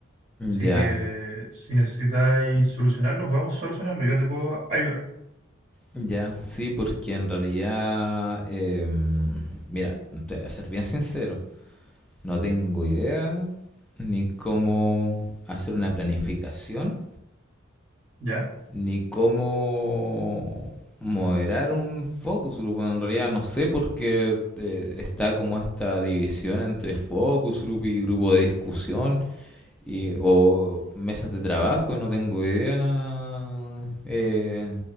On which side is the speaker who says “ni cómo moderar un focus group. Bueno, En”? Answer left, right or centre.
Centre